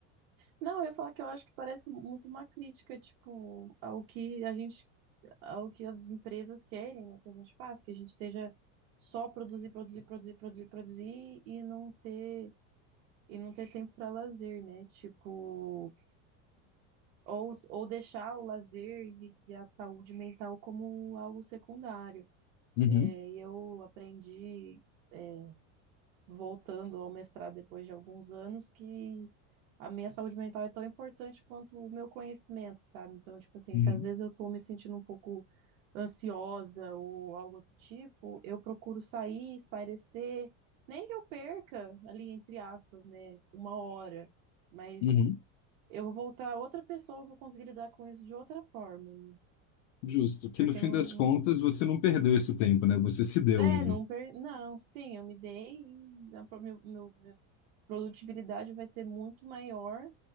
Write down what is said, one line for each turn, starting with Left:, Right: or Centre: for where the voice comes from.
Right: Não, eu ia falar que eu acho que parece muito uma crítica, tipo, ao que a gente, ao que as empresas querem, né, que a gente faça, que a gente seja só produzir, produzir, produzir, produzir, produzir e não ter e não ter tempo para lazer, né? Tipo, ou, ou deixar o lazer e, e a saúde mental como algo secundário.
Left: Uhum,
Right: É, e eu aprendi é, voltando ao mestrado depois de alguns anos, que a minha saúde mental é tão importante quanto o meu conhecimento, sabe? Então, tipo assim,
Left: uhum,
Right: se às vezes eu tô me sentindo um pouco ansiosa ou algo do tipo, eu procuro sair, espairecer, nem que eu perca ali, entre aspas, né, uma hora, mas
Left: uhum.
Right: eu vou voltar outra pessoa, eu vou conseguir lidar com isso de outra forma, né?
Left: Justo, que
Right: porque
Left: no fim
Right: não,
Left: das contas você não perdeu esse tempo, né? Você se deu
Right: não é,
Left: ele.
Right: não, per... não, sim, eu me dei e a- meu, meu, produtibilidade vai ser muito maior